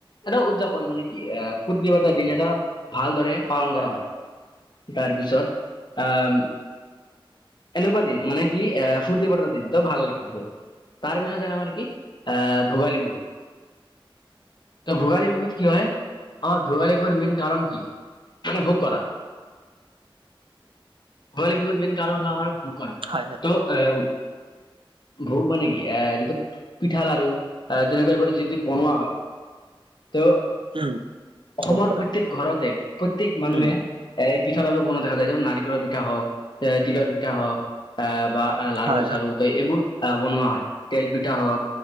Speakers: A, on the left; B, on the right.
A: এটা উদযাপন মানে কি? এ! ফুৰ্তিলগা দিন এটা ভালদৰে পালন কৰা হয় তাৰপিছত, আহ! এনেকুৱা দিন মানে কি, আহ ফুৰ্তি কৰাৰ দিন ত ভাল লাগে আৰু তাৰ পিছত যে মানে কি আহ ভোগালী বিহু ত ভোগালী বিহুত কি হয়, আমাৰ ভোগালী বিহুৰ মেইন কাৰণ কি? মানে ভোগ কৰা। ভোগালী বিহুৰ মেইন কাৰণ হল আমাৰ কৰা
B: হয় হয়
A: তো আহ ভোগ মানে কি এ যিটো পিঠা লাাৰ়ু আহ তেনেকুৱা এইবোৰ যিটো বনোৱা হয় ত
B: উম
A: অসমৰ
B: ক'ব পৰা
A: প্ৰত্যয়েক ঘৰতে প্ৰত্যেক মানুহে
B: উম
A: এক পিঠা লাড়ু বনোৱা দেখা যায় যে, নাৰিকলৰ পিঠা হওক এ তিলৰ পিঠা হওক আহ বা লাৰ়ু
B: হয়
A: চাৰু তই এইবোৰ আহ বনোৱা হয় তেল পিঠ তি হওক